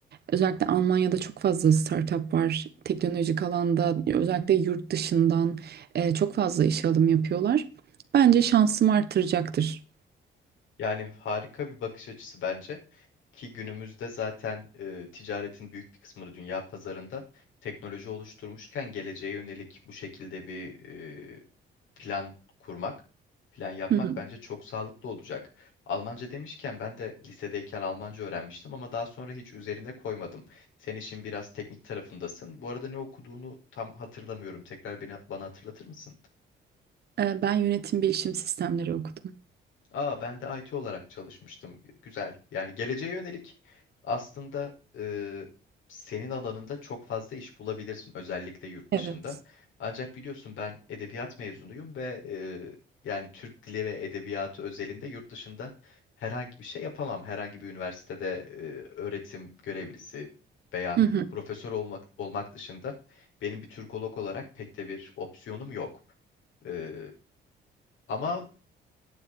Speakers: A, on the right; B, on the left.
A: Özellikle Almanya'da çok fazla startup var. Teknolojik alanda özellikle yurt dışından e, çok fazla işe alım yapıyorlar. Bence şansım artıracaktır.
B: Yani harika bir bakış açısı bence. Ki günümüzde zaten e, ticaretin büyük bir kısmını dünya pazarında teknoloji oluşturmuşken geleceğe yönelik bu şekilde bir e, plan kurmak, plan yapmak
A: Hı hı.
B: bence çok sağlıklı olacak. Almanca demişken ben de lisedeyken Almanca öğrenmiştim ama daha sonra hiç üzerine koymadım. Sen işin biraz teknik tarafındasın. Bu arada ne okuduğunu tam hatırlamıyorum. Tekrar beni, bana hatırlatır mısın?
A: E, ben yönetim bilişim sistemleri okudum.
B: Aa, ben de IT olarak çalışmıştım. Güzel. Yani geleceğe yönelik aslında e, senin alanında çok fazla iş bulabilirsin özellikle yurt dışında.
A: Evet.
B: Ancak biliyorsun ben edebiyat mezunuyum ve e, yani Türk dili ve edebiyatı özelinde yurt dışında herhangi bir şey yapamam. Herhangi bir üniversitede e, öğretim görevlisi veya
A: Hı hı.
B: profesör olmak olmak dışında benim bir Türkolog olarak pek de bir opsiyonum yok. Ee, ama